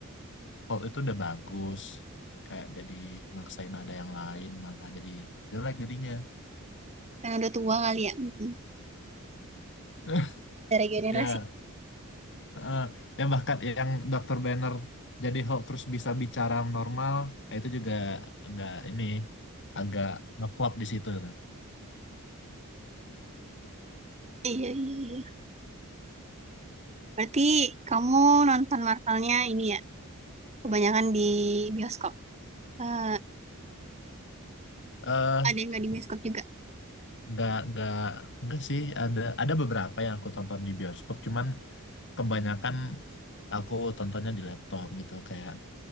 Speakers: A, on the left; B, on the right.
A: Paul itu udah bagus kayak jadi maksain ada yang lain malah jadi jelek jadinya
B: Karena udah tua kali ya. Mm-mm.
A: <laughs>
B: Dari generasi.
A: ya eh, ya bahkan yang dokter Banner jadi Hulk terus bisa bicara normal eh, itu juga nggak ini agak ngeflop di situ tuh.
B: Iya, iya, iya. Berarti kamu nonton Marvelnya ini ya, kebanyakan di bioskop. Eh,
A: eh
B: ada yang nggak di bioskop juga?
A: nggak nggak nggak sih ada ada beberapa yang aku tonton di bioskop cuman kebanyakan aku tontonnya di laptop gitu kayak